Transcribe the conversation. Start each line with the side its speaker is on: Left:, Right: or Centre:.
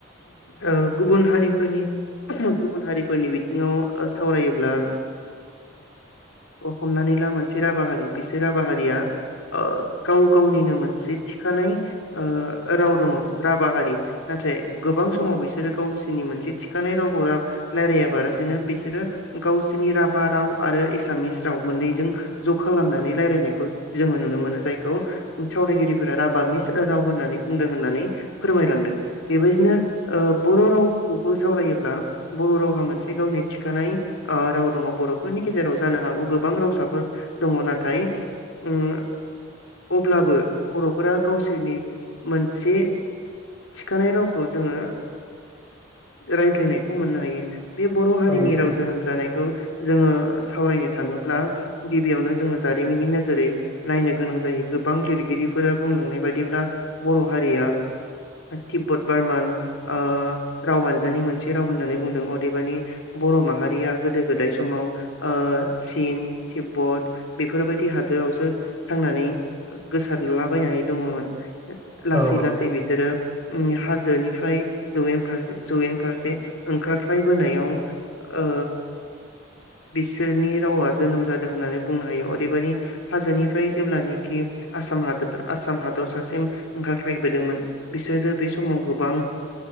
Left: ओ गुबुन हारिफोरनि गुबुन हारिफोरनि बिथिङाव सावरायोब्ला हमनानै ला मोनसे राभा हारि बिसोर राभा हारिया ओ गाव गावनिनो मोनसे थिखानाय ओ राव दङ राभा हारि नाथाय गोबां समाव बिसोरो गावसोरनि मोनसे थिखानाय रावखौ रायलायाबालासिनो बिसोरो गावसिनि राभा राव आरो एसामिस राव मोननैजों ज' खालामनानै रायलायनायखौ जोङो नुनो मोनो जायखौ सावरायगिरिफोरा राभा मिस राव होननानै बुंदों होननानै फोरमायलांदों बेबायदिनो ओ बर' रावखौबो सावरायोब्ला बर' रावहा मोनसे गावनि थिखानाय ओ राव दङ बर'फोरनि गेजेराव जानो हागौ गो बां रावसाफोर दङ नाथाय ओम अब्लाबो बर'फोरा गावसोरनि मोनसे थिखानाय रावखौ जोङो रायज्लायनायखौ मोननो हायो। बे बर' हारिनि
Right: औ नोंथां
Left: राव जोनोम जानायखौ जोङो सावरायनो थाङो ब्ला गिबियावनो जोङो जारिमिननि नोजोरै नायनो गोनां जायो गोबां लिरगिरिफोरा बुंलांनाय बायदिब्ला बर' हारिया तिब्बत बारमान ओ राव हान्जानि मोनसे राव होननानै बुंदों अदेबानि बर' माहारिया गोदो गोदाय समाव ओ चिन तिब्बत बेफोरबायदि हादोरावसो थांनानै गोसारलाबायनानै दङमोन। लासै
Right: औ
Left: लासै बिसोरो ओम हाजोनिफ्राय जयेन फारसे जयेन फारसे ओंखारस्लायबोनायाव ओ बिसोरनि रावा जोनोम जादों होननानै बुंनो हायो अदेबानि हाजोनिफ्राय जेब्लानोखि आसाम हादोद आसाम हादर सासेम ओंखारख्लायबोदोंमोन बिसोरो बे समाव गोबां